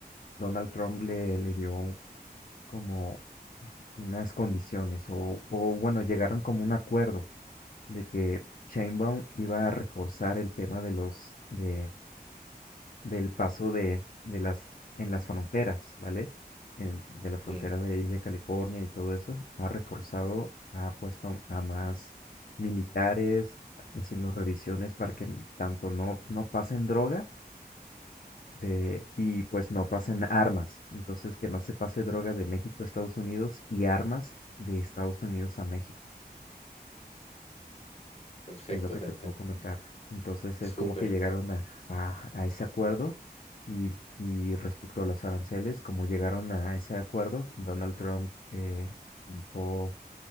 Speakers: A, on the left; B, on the left.
A: Donald Trump le, le dio como unas condiciones o, o bueno, llegaron como un acuerdo de que Sheinbaum iba a reforzar el tema de los de del paso de, de las en las fronteras, ¿vale? En- de la frontera
B: Mm,
A: de ahí de California y todo eso, ha reforzado, ha puesto a más militares haciendo revisiones para que tanto no no pasen droga de, y pues no pasen armas. Entonces, que no se pase droga de México a Estados Unidos y armas de Estados Unidos a México,
B: perfecto,
A: es lo que
B: te,
A: te puedo
B: te entendí.
A: comentar. Entonces,
B: Súper.
A: es como que llegaron a, a, a ese acuerdo y, y respecto a los aranceles, como llegaron a ese acuerdo, Donald Trump eh, dijo